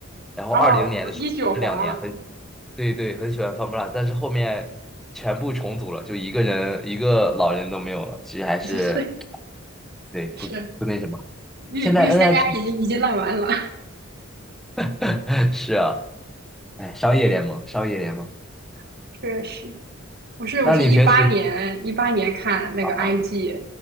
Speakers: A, in the centre; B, on the right.
A: 然后二零年的时候这两年很
B: 啊，我一九黄，
A: 对对很喜欢 FunPlus，但是后面全部重组了，就一个人一个老人都没有了，其实还是
B: <laughs> 是是
A: 对不不那什么。
B: 是，御御三家已经已经烂完了，
A: 现在 NIP <laughs> 是啊，哎，商业联盟商业联盟，
B: <laughs> 确实。我是我是一八年一八年看那个
A: 那你平时啊
B: IG，